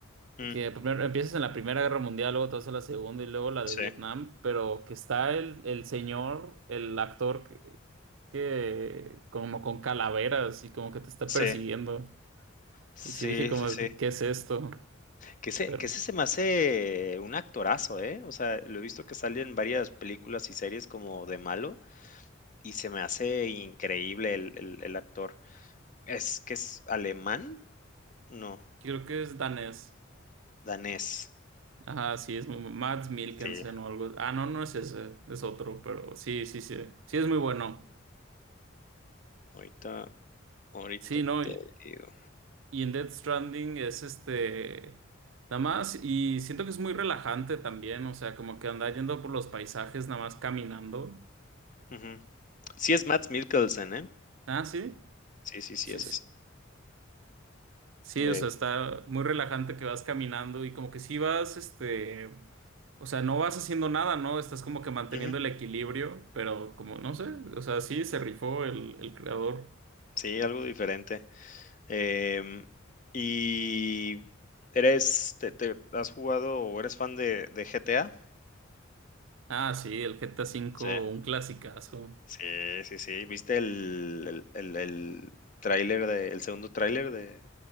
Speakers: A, on the left (about 40°); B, on the right (about 75°).
A: mm,
B: que primero empiezas en la Primera Guerra Mundial, luego te vas a la Segunda y luego la de
A: sí,
B: Vietnam, pero que está el, el señor, el actor que, que como con calaveras y como que te está
A: sí,
B: persiguiendo.
A: sí,
B: Y sí dije como,
A: sí, sí.
B: de que, ¿qué es esto?
A: Que ese,
B: Pero...
A: que ese se me hace un actorazo, ¿eh? O sea, lo he visto que sale en varias películas y series como de malo y se me hace increíble el, el- el actor. ¿Es que es alemán? No,
B: Creo que es danés.
A: danés.
B: Ajá, sí, es muy, Mads Mikkelsen
A: Sí,
B: o algo. Ah, no, no es ese, es otro, pero sí, sí, sí. Sí, es muy bueno.
A: ahorita, ahorita
B: Sí, no.
A: te
B: Y
A: digo.
B: y en Death Stranding es este. Nada más, y siento que es muy relajante también, o sea, como que anda yendo por los paisajes, nada más caminando.
A: Ujú. Sí es Mads Mikkelsen, ¿eh?
B: Ah, sí.
A: Sí, sí, sí,
B: Sí,
A: es
B: sí.
A: ese.
B: Sí,
A: Eh,
B: o sea, está muy relajante que vas caminando y como que sí vas, este, o sea, no vas haciendo nada, ¿no? Estás como que manteniendo
A: ujú.
B: el equilibrio, pero como, no sé, o sea, sí, se rifó el, el creador.
A: Sí, algo diferente. Em, ¿y eres, te, te- has jugado o eres fan de, de GTA?
B: Ah, sí, el GTA cinco,
A: Sí,
B: un clasicazo.
A: sí, sí, sí. ¿Viste el, el, el, el tráiler de, el segundo tráiler de,